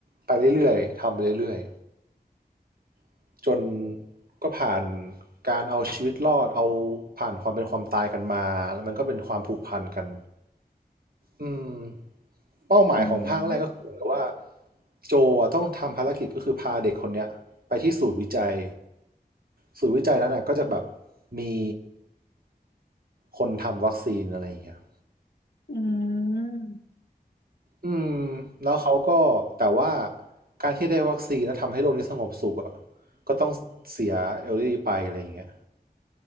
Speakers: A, on the right (about 60°); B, on the left (about 80°).
A: ไปเรื่อยๆทำไปเรื่อยๆจนก็ผ่านการเอาชีวิตรอดเอาผ่านความเป็นความตายกันมาแล้วมันก็เป็นความผูกพันกัน อืมเป้าหมายของภาคแรกก็คือเหมือนกับว่า
B: ออ๋อ
A: โจอะต้องทำภารกิจก็คือพาเด็กคนเนี้ยไปที่ศูนย์วิจัยศูนย์วิจัยนั้นน่ะก็จะแบบมีคนทำวัคซีนอะไรอย่างเงี้ย
B: อืม
A: อืมแล้วเขาก็แต่ว่าการที่ได้วัคซีนแล้วทำให้โลกนี้สงบสุขอ่ะก็ต้องเสียเอลลี่ไปอะไรอย่างเงี้ย